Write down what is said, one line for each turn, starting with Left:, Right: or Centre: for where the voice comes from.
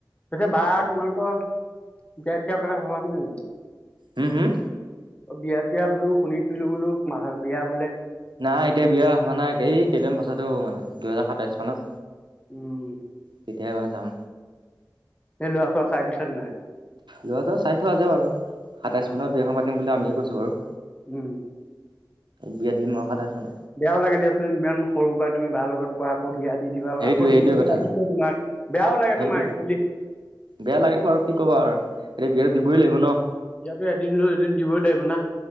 Left: পিছে বা
Right: উম
Left: তোমালোকৰ বিয়া চিয়া কৰা হোৱা নাই নেকি।
Right: হম- হম।
Left: অ', বিয়া চিয়া বোলো শুনিছিলো বোলো, মাৰ বিয়া বোলে।
Right: নাই এতিয়া বিয়া হোৱা নাই, এই কেইদিন পাছতহে হ'ব মানে, দুহেজাৰ সাতাইচ মানত।
Left: উম,
Right: তেতিয়াহে মানে চাম।
Left: এই ল'ৰা চৰা চাই থৈছে নে।
Right: ল'ৰা চৰা চাই থোৱা আছে বাৰু, সাতাইচ
Left: অ
Right: মানৰ বিয়াখন পাতিম বুলি আমিয়ে কৈছো বাৰু।
Left: উম।
Right: বিয়া দিম মই সাতাইচ মানত।
Left: বেয়াও লাগে দিয়াচোন ইমান সৰুৰ পৰাই তুমি বাৰ লগত পোৱা আকৌ বিয়া দি দিবা,
Right: সেইটোৱে
Left: আকৌ
Right: সেইটোৱে
Left: দিবতো
Right: কথা
Left: লাগিবই তোমাক, বেয়াও লাগে
Right: সেইটোৱে
Left: তোমাৰ একচোৱেলি।
Right: বেয়া লাগে বাৰু কি ক'ব আৰু এতিয়া বিয়াতো দিবই লাগিব ন।
Left: দিয়াতো এদিনটো এদিন দিবই লাগিব না।